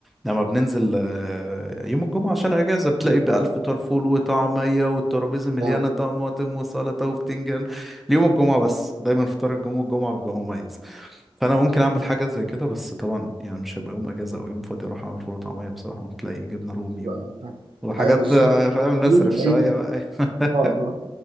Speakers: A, in the centre; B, on the right.
A: لما بننزل آه، يوم الجمعه عشان اجازه بتلاقي بقى الفطار فول وطعميه والترابيزه مليانه
B: جامد.
A: طماطم وسلطه وبتنجان ليوم الجمعه بس دايما فطار الجمعه الجمعه بيبقى مميز فانا ممكن اعمل حاجه زي كده بس طبعا يعني مش هيبقى يوم اجازه او يوم فاضي اروح اعمل فول وطعميه بصراحه ممكن تلاقي جبنه رومي
B: ايوه
A: و...
B: أيوة، فاهم.
A: وحاجات
B: أيوة بالظبط
A: آه، فاهم نصرف
B: مش بعيد.
A: شويه بقى <laughs>
B: اه اه